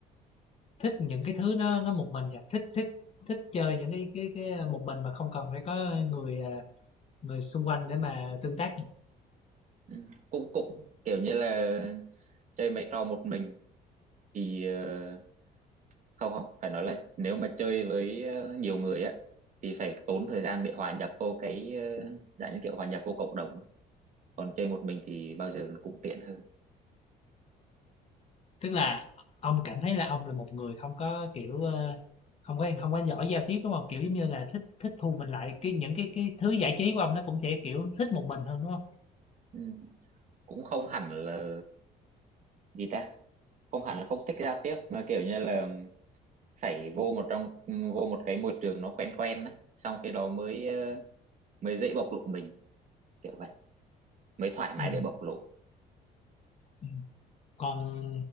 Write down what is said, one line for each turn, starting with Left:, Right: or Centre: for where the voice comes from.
Left: thích những cái thứ nó nó một mình à, thích thích thích chơi những cái cái cái à, một mình mà không cần phải có người à, người xung quanh để mà tương tác
Right: ừ. cũng cũng kiểu như là chơi mấy trò một mình thì ờ, không không phải nói là nếu mà chơi với ờ, nhiều người á thì phải tốn thời gian để hòa nhập vô cái ờ, dạng như kiểu hòa nhập vô cộng đồng còn chơi một mình thì bao giờ cũng tiện hơn
Left: tức là ông cảm thấy là ông là một người không có kiểu ờ, không có không có giỏi giao tiếp đúng không kiểu giống như là thích thích thu mình lại cái những cái cái thứ giải trí của ông nó cũng sẽ kiểu thích một mình hơn đúng không
Right: ừ. cũng không hẳn là gì ta không hẳn là không thích giao tiếp mà kiểu như là phải vô một trong vô một cái môi trường nó quen quen á xong cái đó mới ờ, mới dễ bộc lộ mình kiểu vậy mới thoải mái
Left: ừ.
Right: để bộc lộ
Left: ừ. còn